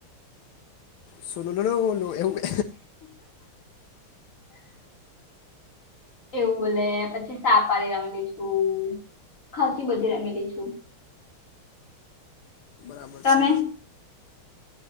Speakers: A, on the left; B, on the left.
A: સો નોનું નલો <inaudible> ન એવવે
B: એવું બોલે પછી સાપારી રમેલી છું ખાસી બધી રમેલી છું.
A: બરાબર
B: તમે
A: છે.